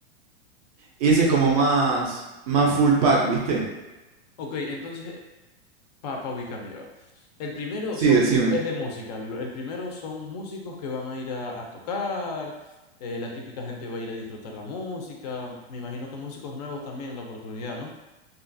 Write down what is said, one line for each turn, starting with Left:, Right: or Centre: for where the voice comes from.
Right: Y ese es como más, más full pack, ¿viste?
Left: Ok, entonces para ubicarme yo. El primero
Right: Sí,
Left: son,
Right: decime.
Left: es de música. Lo- El primero son músicos que van a ir a, a tocar. eh, la típica gente va a ir a disfrutar la música. Me imagino que músicos nuevos también la oportunidad, ¿no?